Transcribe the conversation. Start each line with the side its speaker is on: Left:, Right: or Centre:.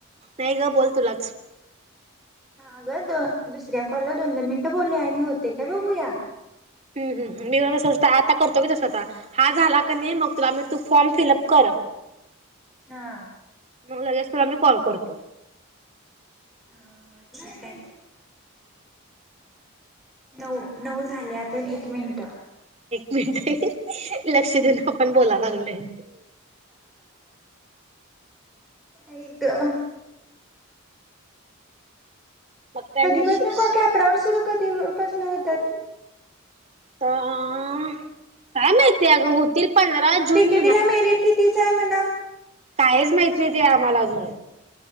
Right: नाही गं बोल तुलाच
Centre: अगं दो दुसऱ्या कॉलला दोन-दोन मिनिटं बोलुया आणि होतय का बघू या
Right: ह ह ह मी जरासाच आता करतो की तसच आता हा झाला कनी मग तुला मी तू फॉर्म फिलअप कर
Centre: हा
Right: मग लगेच तुला मी कॉल करतो
Centre: हा-हा ठीक हाय
Right: हम्
Centre: नऊ-नऊ झाले अजून एक मिन ठ
Right: मिनट लक्ष देऊन आपण बोला लागलोय
Centre: आई गं
Right: मग काय आणि
Centre: कधी
Right: विशेष
Centre: पासनं को कॅपराऊंड सुरू कधी पासनं होत्यात?
Right: आता काय माहिती अगं होतील पंधरा जून
Centre: डि के टी ला मेरिट कितीचं हाय म्हण?
Right: कायच माहित नाही ते आम्हाला अजून,